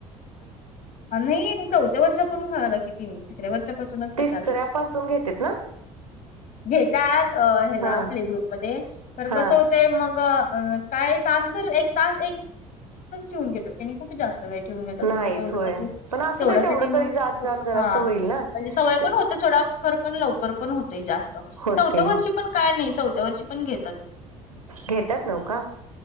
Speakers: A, on the left; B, on the right.
A: नाही चौथ्या वर्षापूरून खा लागेल किती तिसऱ्या वर्षापासूनच कशा
B: तिसऱ्या
A: आला
B: पासून घेतेत ना
A: घेतात ह्याला
B: हा
A: प्ले ग्रुपमध्येध्ये तर
B: हा
A: कसं होत ते मग अ काही तासभर एक तास ठेवून घेतात
B: नाहीच
A: मग तेवढ्यासाठी
B: होय पण असू
A: तेवढ्यासाठी
B: दे तेवढं
A: मग
B: तरी जात जात जरासं
A: हा
B: होईल ना
A: म्हणजे सवय
B: ते
A: पण होत थोडा ख पण लवकर पण होत जास्त चौथ्या
B: होते
A: वर्ष पण काय नाही चौथ्या वर्षी पण घेतात
B: घेतात नव का?